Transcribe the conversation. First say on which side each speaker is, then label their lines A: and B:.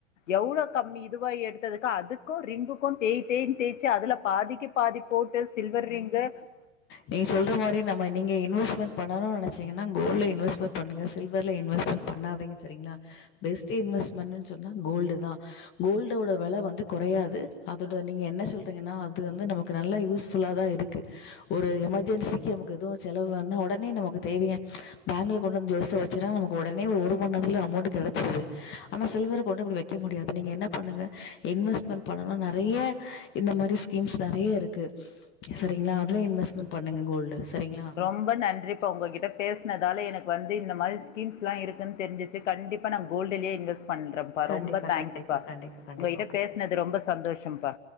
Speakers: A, on the left; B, on the left.
A: எவ்ளோ கம்மி இதுவா எடுத்ததுக்கு அதுக்கும் ரிங்குக்கு தேய் தேய்ன் தேய்ச்சு அதுல பாதிக்கு பாதி போட்டு சில்வர் ரிங்கு
B: நீங் சொல்ற மாரி நம்ம நீங்க இன்வெஸ்மெட் பண்ணணு நினைச்சீன்ன கோல்ட்ல இன்வெஸ்மெட் பண்ணுங்க சில்வர்ல்ல இன்வெட்மெண்ட் பண்ணாதிங்க சேரிங்களா பெஸ்ட்டு இன்வெஸ்ட்மெண்டு சொன்னா கோல்டு தா கோல்டோட வெல வந்து குறையாது அதோட நீங்க என்ன சொல்றீங்கன்னா அது வந்து நமக்கு நல்லா யூஸ் ஃபுல்லா தா இருக்கு ஒரு எமர்ஜென்சிக்கு நமக்கு எதோ செலவு வேண்ணா உடனே நமக்கு தேவைய பேங்க்ல கொண்டு வந்து ஜொல்ஸ் அ வச்சு வச்சனா உடனே ஒரு மணிநேத்துல அமௌண்ட் கிடைச்சிருது ஆனா சில்வர் கொண்டு இப்படி வைக்க முடியாது நீங்க என்ன பண்ணுங்க இண்வஸ்மண்ட் பண்ணலா நறைய இந்த மாரி ஸ்கீம்ஸ் நறைய இருக்கு சரிங்களா அதுல இன்வெஸ்ட்மெண்ட் பண்ணுங்க கோல்டு சரிங்களா
A: ரொம்ப நன்றி இப்ப உங்ககிட்ட பேசினதால எனக்கு வந்து இந்த மாரி ஸ்கீம்ஸ் எல்லா இருக்குன்னு தெரிஞ்சிச்சு கண்டிப்பா நா கோல்ட்லயே இன்வஸ்ட் பண்றே பா
B: கண்டிப்பா
A: ரொம்ப தேங்க்ஸ்
B: கண்டிப்பா
A: பா
B: கண்டிப்பா கண்டிப்பா
A: உங்ககிட்ட
B: ஓகே
A: பேசுனது ரொம்ப சந்தோஷம் பா